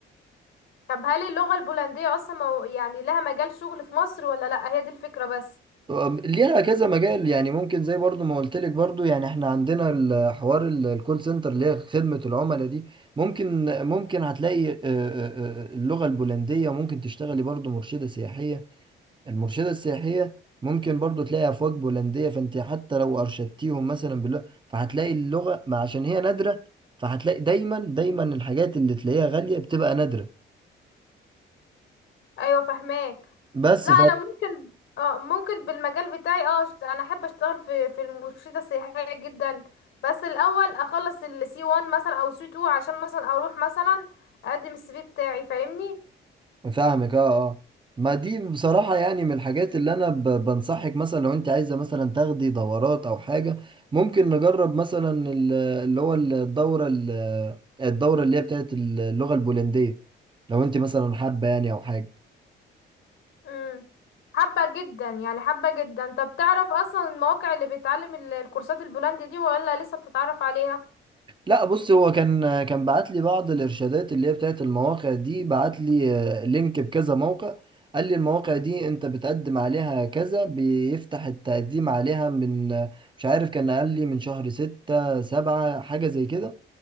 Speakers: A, on the left; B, on the right.
A: طب هل اللغة البولندية أصلا مو- يعني لها مجال شغل في مصر ولا لأ هي دي الفكرة بس
B: أم، ليها كذا مجال يعني ممكن زي برضو ما قلت لك برضو يعني احنا عندنا الحوار ال- الكول سنتر اللي هي خدمة العملاء دي ممكن ممكن هتلاقي آه، آه، آه، اللغة البولندية ممكن تشتغلي برضو مرشدة سياحية المرشدة السياحية ممكن برضو تلاقي أفواج بولندية فانت حتى لو أرشدتيهم مثلا باللغة فهتلاقي اللغة ما عشان هي نادرة فهتلاقي دايما دايما الحاجات اللي تلاقيها غالية بتبقى نادرة
A: أيوة فهماك
B: بس
A: لا أنا ممكن اه ممكن بالمجال بتاعي اه أشت- أنا أحب أشتغل في في المرشدة السياحية جدا بس الأول أخلص السي 1 مثلا أو سي 2 عشان مثلا أروح مثلا أقدم السي في بتاعي فاهمني
B: فاهمك اه اه ما دي بصراحة يعني من الحاجات اللي أنا ب- بنصحك مثلا لو أنت عايزة مثلا تاخدي دورات أو حاجة ممكن نجرب مثلا ال- اللي هو الدورة ال- الدورة اللي هي بتاعت اللغة البولندية لو أنت مثلا حابة يعني أو حاجة
A: مم. حابة جدا يعني حابة جدا طب تعرف أصلا المواقع اللي بيتعلم ال- الكورسات البولندي دي ولا لسه بتتعرف عليها
B: لا بص هو كان كان بعت لي بعض الارشادات اللي هي بتاعت المواقع دي بعت لي آه، لينك بكذا موقع قال لي المواقع دي انت بتقدم عليها كذا بيفتح التقديم عليها من آه، مش عارف كان قال لي من شهر ستة سبعة حاجة زي كده